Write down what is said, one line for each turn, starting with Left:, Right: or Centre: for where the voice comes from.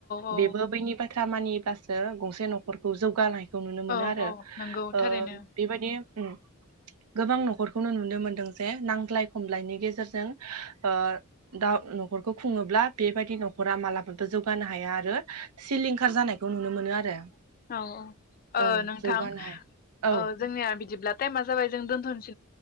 Left: औ
Right: बेबो बैनि बा बाथ्रा मानिब्लासो गंसे न'खरखौ जौगानाय खौ नुनो मोनो
Left: औ
Right: आरो
Left: औ नंगौ
Right: ओ
Left: थारैनो
Right: बेबायदि अम गोबां न'खरखौनो नुनो मोनदों जे नांज्लाय खमज्लयनि गेजेरजों ओ दा न'खरखौ खुङोब्ला बेबायदि न'खरा मालाबाबो जौगानो हाया आरो सिलिंखार जानायखौ नुनो मोनो आरो
Left: औ औ ओ
Right: औ
Left: नोंथां
Right: जौगानो हाया औ
Left: ओ जोंनिया बिदिब्ला टाइमआ जाबाय जों दोनथ'सै